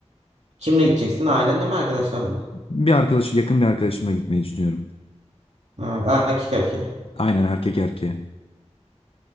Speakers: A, on the right; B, on the left.
A: Kimle gideceksin? Ailenle mi arkadaşlarla mı?
B: Bir arkadaş yakın bir arkadaşımla gitmeyi düşünüyorum.
A: Ha, erkek erkeğe.
B: Aynen erkek erkeğe.